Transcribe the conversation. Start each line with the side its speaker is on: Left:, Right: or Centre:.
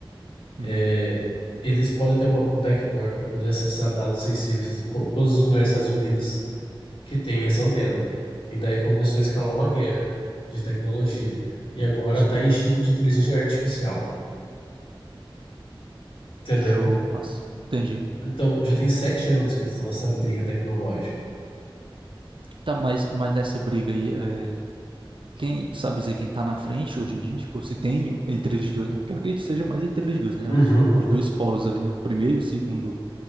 Right: Uhum.
Left: é, eles podem ter uma, um backdoor para poder acessar dados sensíveis em, co- em todos os lugares dos Estados Unidos que tem essa antena. E daí começou a escalar uma guerra de tecnologia. E agora
Right: Sim.
Left: está em chip de inteligência artificial, entendeu?
Right: Show, massa. Entendi.
Left: Então, já tem sete anos que eles estão nessa briga tecnológica.
Right: Tá, mas, mas nessa briga aí, é, quem, tu sabe dizer quem tá na frente hoje em dia? Tipo, se tem o- entre eles dois, né? Porque eu acredito que seja mais entre eles dois, né?
Left: Uhum,
Right: Os, os
Left: uhum.
Right: dois polos ali, é o primeiro e o segundo,